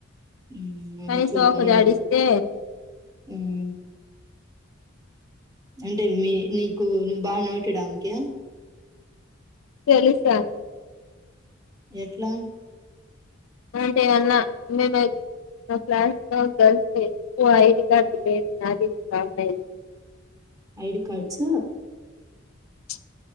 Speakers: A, on the right; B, on the left.
A: ఉమ్ మా
B: కానీ
A: హెచ్వోడి
B: తోక
A: <unintelligible>
B: జాడిస్తే
A: ఉమ్. అంటె మీ నీకు నువ్ బాగ నోటెడామ్కి.
B: తెలుస
A: ఎట్లా.
B: అంటే వన్న మె బైక్ మ క్లాస్లో గర్ల్సెక్కువ ఐడికార్డు లేదు నాది. <unintelligible>
A: ID cards.
B: చ్